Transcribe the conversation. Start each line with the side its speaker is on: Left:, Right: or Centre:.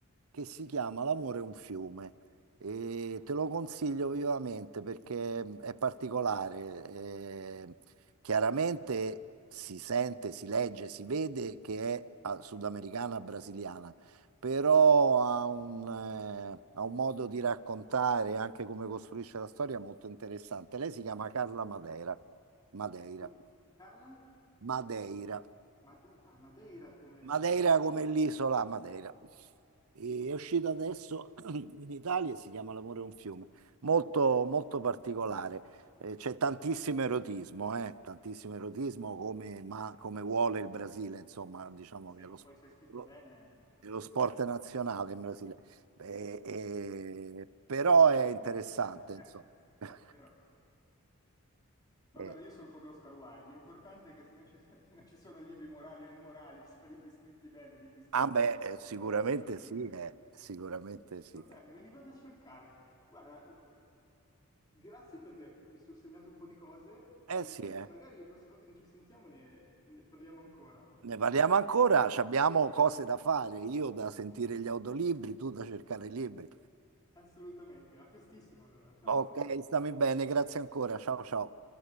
Right: che si chiama L'amore è un fiume. E te lo consiglio vivamente perché è particolare. eh, chiaramente si sente, si legge, si vede che è ah, sudamericana brasiliana, però ha un, eh, ha un modo di raccontare anche come costruisce la storia molto interessante. Lei si chiama Carla Madeira. Madeira.
Left: Scusa, Carla?
Right: Madeira.
Left: Made- ah, Madeira come...
Right: Madeira come l'isola Madeira. E è uscito adesso <clears throat> in Italia, si chiama L'amore è un fiume, molto, molto particolare. Eh, c'è tantissimo erotismo, eh, tantissimo erotismo come, ma, come
Left: Eh,
Right: vuole il Brasile, insomma, diciamo
Left: ma sì,
Right: che è lo,
Left: poi
Right: sp-
Left: se è scritto
Right: lo-
Left: bene...
Right: è lo sport
Left: eh.
Right: nazionale in Brasile. Eh, eh, però è
Left: <laughs>
Right: interessante, insomma. <laughs>
Left: È vero. Ma
Right: Eh,
Left: guarda, io sono come Oscar Wilde, l'importante è che se non ci, <laughs> non ci sono libri morali o immorali, ci sono libri scritti bene e libri scritti
Right: ah beh,
Left: male.
Right: eh, sicuramente
Left: Io la vedo
Right: sì,
Left: così.
Right: eh, sicuramente sì.
Left: Va bene, me li vado a cercare. Guarda, grazie perché mi sono segnato un po' di cose
Right: Eh
Left: e
Right: sì,
Left: direi
Right: eh.
Left: che magari la prossima volta che ci sentiamo ne ne parliamo ancora.
Right: Ne parliamo ancora, ci abbiamo cose da fare, io da sentire gli audiolibri, tu da cercare i libri.
Left: Assolutamente, a prestissimo allora, ciao.
Right: Va- Ok, stammi bene, grazie ancora, ciao ciao.